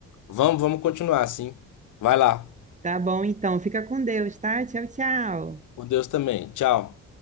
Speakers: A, on the left; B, on the right.
A: Vamos, vamos continuar assim. Vai lá.
B: Tá bom, então. Fica com Deus, tá? Tchau, tchau.
A: Com Deus também. Tchau.